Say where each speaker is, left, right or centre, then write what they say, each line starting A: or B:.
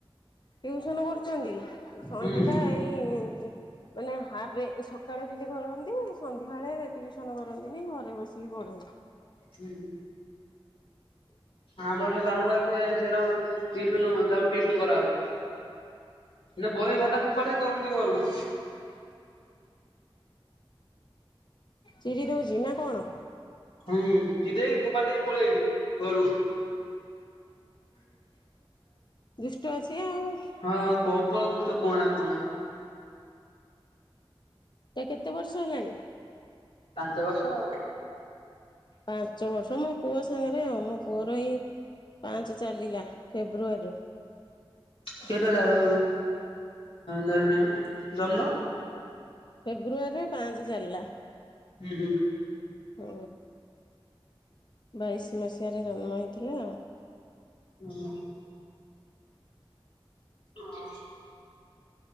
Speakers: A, on the left; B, on the left.
A: ଟିଉସନ କରୁଛନ୍ତି ସଣ୍ଡେ
B: ହୁଁ
A: ଟା ଏଇ ମାନେ ହାପେ ସ ସକାଳେ ଖାଲି କରନ୍ତି ସନ୍ଧ୍ୟାବେଳେ ଟ୍ୟଉସନ କରନ୍ତିନି ଘରେ ବସିକି ପଢ଼ନ୍ତି।
B: ହୁଁ ଆମର ସେ ବାଳୁଙ୍ଗା। ସିଏ ସେରାଉଁ ଟିଉସନ ତାକୁ ଟିଉସନ କରାହଉଛି। ମାନେ ବହି ଖାତା ଫୋପା ଡି ଦେଇ ଦୌଡୁଛି ଘରକୁ।
A: ଚିରି ଦଉଛି ନା କଣ?
B: ହୁଁ ଚିରି ଦେଇ ହୋପାଡି ଦେଇ ପଳେଇଯାଇଛି। ଘରୁକୁ।
A: ଦୁଷ୍ଟ ଅଛି ଆଉ।
B: ହଁ ଆଉ ପ୍ରବଳ ଦୁଷ୍ଟ କୁହନା କୁହନା।
A: ତାକୁ କେତେ ବର୍ଷ ହେଲାଣି।
B: ପାଞ୍ଚ ବର୍ଷ ଆଉ।
A: ପାଞ୍ଚ ବର୍ଷ ମୋ ପୁଅ ସାଙ୍ଗରେ ଆଉ ମୋ ପୁଅର ଏଇ। ପାଞ୍ଚେ ଚାଲିଲା ଫେବୃଆରୀରୁ।
B: ସେ ପା ଜାନ ନାହିଁରେ ଜମ୍ନ।
A: ଫେବୃଆରୀରେ ପାଞ୍ଚେ ଚାଲିଲା।
B: ହୁଁ ହୁଁ।
A: ହଁ ବାଇଶି ମସିହାରେ ଜନ୍ମ ହେଇଥିଲା।
B: ହୁଁ। ହଁ।